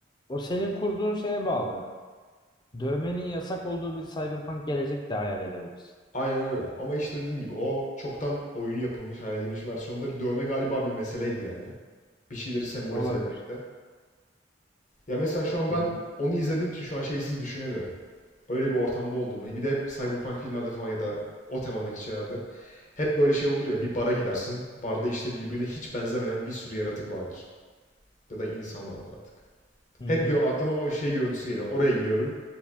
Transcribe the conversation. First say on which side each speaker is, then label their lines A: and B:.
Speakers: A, on the left; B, on the left.
A: o senin kurduğun şeye bağlı. Dövmenin yasak olduğu bir cyberpunk gelecek de hayal edebiliriz.
B: Aynen öyle. Ama işte dediğim gibi o çoktan oyunu yapılmış, hayal edilmiş versiyonda dövme galiba bir meseleydi yani. Bir şeyleri sembolize
A: Olabilir.
B: etmekte. Ya mesela şu an ben
A: Hı hı.
B: onu izlediğim için şu an şeysiz düşünemiyorum. Öyle bir ortamda olduğumu. Bir de Cyberpunk filmlerde falan ya da o temadaki şeylerde Hep böyle şey olur ya bir bara gidersin. Barda işte birbirine hiç benzemeyen bir sürü yaratık vardır. Ya da insan vardır artık.
A: Hı hı.
B: Hep gö aklıma o şey görüntüsü geliyor. Oraya giriyorum.